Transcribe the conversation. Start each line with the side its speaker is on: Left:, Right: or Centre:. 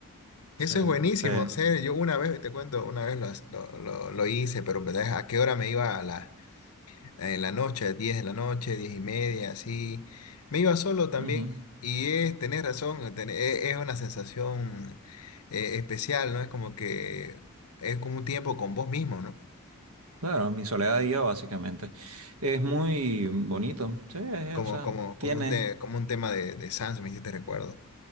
Left: Eso
Right: Sí,
Left: es buenísimo.
Right: pe-
Left: O sea, yo una vez, te cuento, una vez lo, lo, lo- lo hice, pero en ¿verdad? ¿a qué hora me iba a las en la noche, diez 10 de la noche, 10 y media, así. Me iba solo también.
Right: ujú.
Left: Y es, tenés razón, ten- e- es, una sensación eh, especial, ¿no? Es como que es como un tiempo con vos mismo, ¿no?
Right: Claro, mi soledad y yo, básicamente. Es
Left: Uf,
Right: muy bonito. Sí, es- es,
Left: Como,
Right: o sea,
Left: como, como,
Right: tiene.
Left: un, te- como un tema de, de Sans, me hiciste recuerdo.